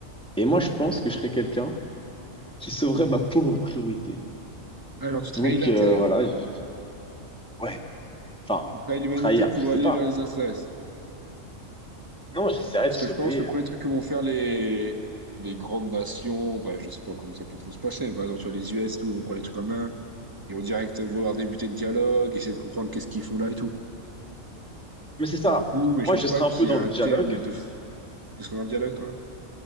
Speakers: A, in the centre; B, on the right (about 15°).
A: Et moi, je pense que je serais quelqu'un qui sauverait ma peau en priorité.
B: Alors, tu trahis
A: Donc,
B: la
A: euh,
B: Terre,
A: voilà, je- ouais, enfin,
B: tu trahis l'humanité
A: trahir,
B: pour
A: je sais
B: aller
A: pas.
B: vers les extraterrestres.
A: Non, j'essaierais
B: Parce
A: de sauver.
B: que je pense, le premier
A: euh,
B: truc que vont faire les, les grandes nations, bref, je sais pas comment ça peut trop se passer, mais par exemple, sur les US, et tout, ils vont prendre les trucs en main. Ils vont direct vouloir débuter le dialogue, essayer de comprendre qu'est-ce qu'ils font là et tout.
A: Mais c'est ça.
B: Et du coup, mais
A: Moi,
B: je pense
A: je
B: pas
A: serais
B: qu'il
A: un peu dans
B: y a un
A: le dialogue.
B: terme de f- que ce soit un dialogue, toi.